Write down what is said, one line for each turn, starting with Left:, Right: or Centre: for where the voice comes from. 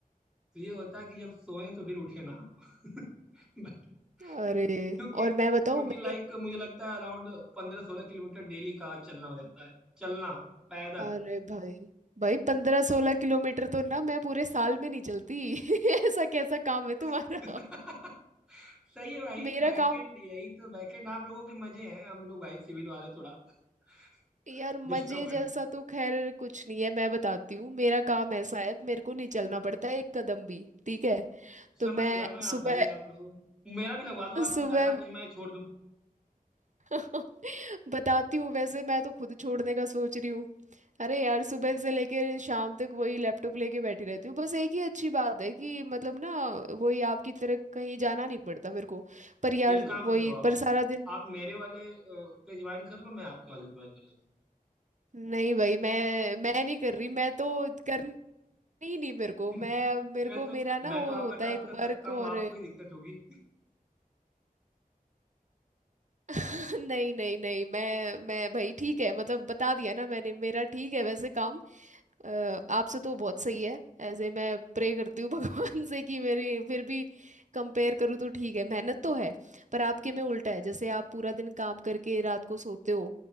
Centre: तो ये होता है कि जब सोए तो फिर उठे ना <laughs> बट
Right: अरे
Centre: क्योंकि
Right: और
Centre: क्योंकि
Right: मैं बताऊँ मैंने
Centre: लाइक मुझे लगता है अराउंड पंद्रह सोलह किलोमीटर डेली का चलना हो जाता है चलना पैदल
Right: अरे भाई भाई पंद्रह सोलह किलोमीटर तो ना मैं पूरे साल में नहीं चलती <laughs> ऐसा कैसा काम है तुम्हारा
Centre: <laughs> सही है भाई
Right: मेरा
Centre: बैकएंड
Right: काम
Centre: यही तो बैकएंड आप लोगों के मजे हैं हम लोग भाई सिविल वाले थोड़ा <laughs>
Right: यार मजे
Centre: डिस्टर्ब
Right: जैसा तो खैर कुछ नहीं है मैं बताती हूँ मेरा काम ऐसा है मेरे को नहीं चलना पड़ता एक कदम भी ठीक है तो
Centre: समझ
Right: मैं
Centre: गया मैं आप
Right: सुबह
Centre: भाई आप लोगों मेरा भी लगवा दो आप
Right: सुबह
Centre: ऐसा कुछ मैं छोड़ दूं
Right: <laughs> बताती हूँ वैसे मैं तो खुद छोड़ने का सोच रही हूँ अरे यार सुबह से लेकर शाम तक वही लैपटॉप लेके बैठी रहती हूँ बस एक ही अच्छी बात है कि मतलब ना वही आपकी तरह कहीं जाना नहीं पड़ता मेरे को पर यार
Centre: तो एक काम
Right: वही
Centre: करो आप
Right: पर सारा दिन
Centre: आप मेरे वाले अ, पे ज्वाइन कर लो मैं आपके वाले पे ज्वाइन कर लेता
Right: नहीं भाई मैं मैं नहीं कर रही मैं तो कर नहीं नहीं मेरे को
Centre: हूँ <laughs>
Right: मैं मेरे
Centre: मैं
Right: को
Centre: तो
Right: मेरा ना
Centre: मैं
Right: वो
Centre: तो आपका
Right: होता है
Centre: टास्क
Right: एक
Centre: कर सकता
Right: वर्क
Centre: हूँ
Right: और
Centre: आपको ही दिक्कत होगी
Right: <laughs> नहीं नहीं नहीं मैं मैं भाई ठीक है मतलब बता दिया ना मैंने मेरा ठीक है वैसे काम अ, आपसे तो बहुत सही है ऐसे मैं प्रे करती हूँ <laughs> भगवान से कि मेरी फिर भी कंपेयर करूँ तो ठीक है मेहनत तो है पर आपके में उल्टा है जैसे आप पूरा दिन काम करके रात को सोते हो